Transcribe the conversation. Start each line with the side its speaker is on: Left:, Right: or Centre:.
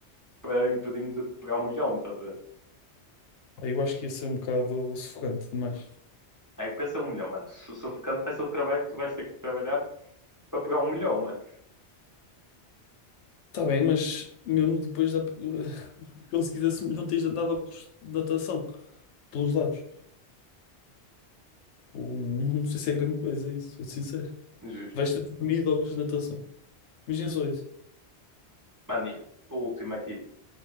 Right: para impedir-me de pegar um milhão, estás a ver?
Left: Pá, Eu acho que ia ser um bocado sufocante demais.
Right: É que pensa um milhão, mano. Su- Sufocante vai ser o trabalho que tu vais ter que trabalhar para pegar um milhão, mano.
Left: tá bem, mas mesmo depois da. <laughs> Como se quisesse, não tens andado ao curso de natação pelos lados. Pô, Não sei se é grande coisa isso, sou sincero.
Right: Justo.
Left: Vais ter dormido ou de natação. Imagina só isso.
Right: Mano, e o último aqui.